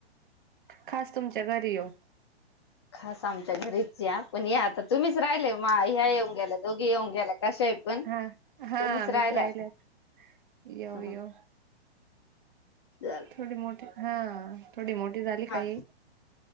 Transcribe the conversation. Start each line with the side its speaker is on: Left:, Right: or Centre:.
Right: खास तुमच्या घरी येऊ
Left: खास आमच्या घरीचं या पण या आता तुम्हीच राहिलय माय ह्या येऊन गेल्या दोघी येऊन गेल्या कशाय पण
Right: हा हा
Left: तुम्हीच
Right: मीचं
Left: राहिले
Right: राहिलं,
Left: आता
Right: येऊ
Left: हं,
Right: येऊ
Left: चालेल
Right: थोडी मोठी हा थोडी मोठी झाली
Left: हा
Right: का ही...